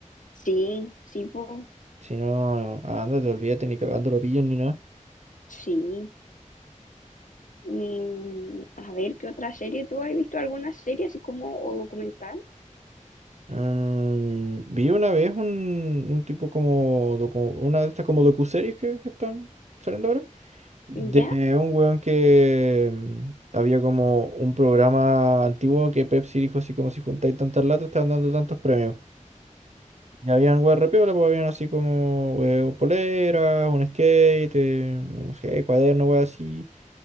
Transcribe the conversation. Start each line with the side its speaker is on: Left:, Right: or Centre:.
Left: Sí, sí, po,
Right: Si no, ah, ándate, olvídate, ni cagando lo pillan ni nada.
Left: sí. Mm, a ver, ¿qué otra serie? ¿Tú has visto alguna serie así como o documental?
Right: Mm, vi una vez un, un tipo como, docu- una de estas como docuseries que, que están saliendo ahora. De
Left: ¿Ya?
Right: un weón que mm, había como un programa antiguo que Pepsi dijo así como si juntáis tantas latas, te van dando tantos premios. Y habían weas re pues habían así como eh, poleras, un skate, eh, no sé, cuaderno, weas así.